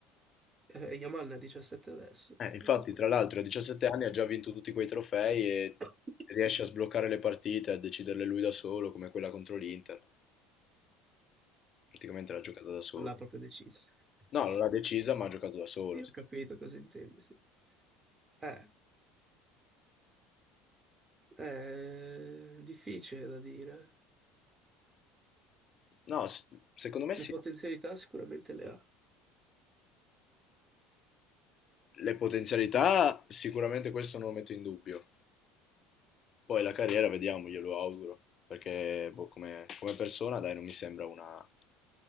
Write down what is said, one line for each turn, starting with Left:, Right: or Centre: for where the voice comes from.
Right: eh, Yamal ne ha 17 adesso.
Left: Eh, infatti,
Right: Pensate.
Left: tra l'altro, a 17 anni ha già vinto tutti quei trofei e
Right: <coughs>
Left: riesce a sbloccare le partite, a deciderle lui da solo, come quella contro l'Inter. Praticamente l'ha giocata da solo.
Right: Non l'ha proprio deciso. <laughs>
Left: No, non l'ha decisa, ma ha giocato da solo.
Right: Sì, ho capito cosa intendi, sì. Eh, è difficile da dire.
Left: No, s- secondo me
Right: Le
Left: sì.
Right: potenzialità sicuramente le ha.
Left: Le potenzialità, sicuramente questo non lo metto in dubbio. Poi la carriera, vediamo, glielo auguro. Perché boh, come, come persona, dai, non mi sembra una...